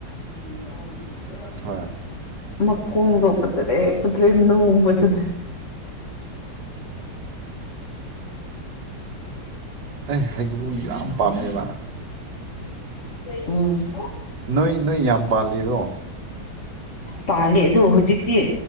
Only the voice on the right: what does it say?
ꯍꯣꯏ
ꯑꯩ ꯍꯩꯒ꯭ꯔꯨ ꯌꯥꯝ ꯄꯥꯝꯃꯦꯕ
ꯅꯣꯏ ꯅꯣꯏ ꯌꯥꯝ ꯄꯥꯜꯂꯤꯔꯣ